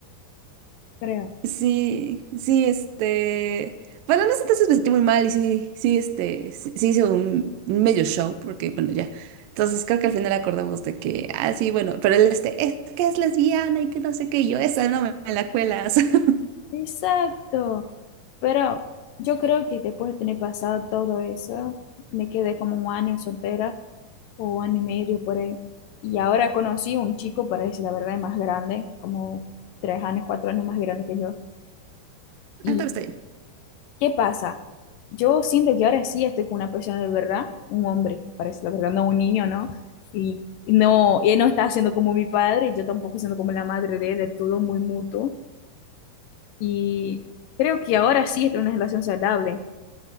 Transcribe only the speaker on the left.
creo.
Exacto. Pero yo creo que después de tener pasado todo eso, me quedé como un año soltera o un año y medio por ahí. Y ahora conocí un chico, para decir la verdad, más grande, como tres años, cuatro años más grande que yo.
¿Y
qué pasa? Yo siento que ahora sí estoy con una persona de verdad, un hombre, para decir la verdad, no un niño, ¿no? Y no, y él no está siendo como mi padre, y yo tampoco siendo como la madre de él, es todo muy mutuo. Y creo que ahora sí estoy en una relación saludable.